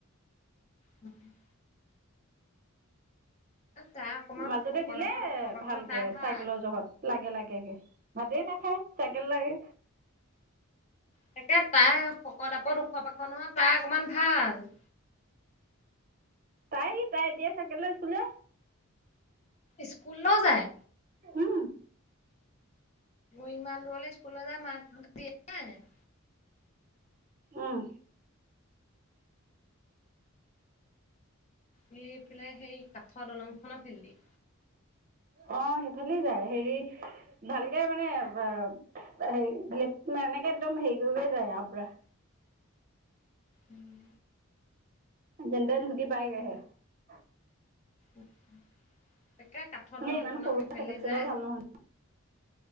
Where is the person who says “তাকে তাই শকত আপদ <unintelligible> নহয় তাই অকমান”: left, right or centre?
Left